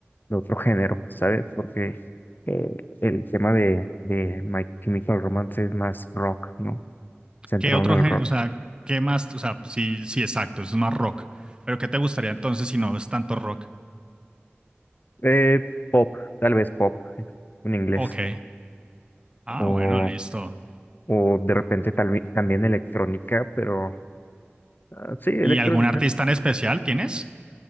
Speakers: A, on the left; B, on the right.
A: de otro género, ¿sabes? Porque eh, el tema de, de My Chemical Romance es más rock, ¿no? Centrado
B: ¿Qué otro
A: en el
B: género?
A: rock.
B: O sea, ¿qué más? O sea, sí, sí, exacto, eso es más rock. Pero ¿qué te gustaría entonces si no es tanto rock?
A: Eh, pop, tal vez pop en inglés.
B: Ok. Ah,
A: O,
B: bueno, listo.
A: o de repente tal vez también electrónica, pero ah, sí, electrónica.
B: ¿Y algún artista en especial tienes?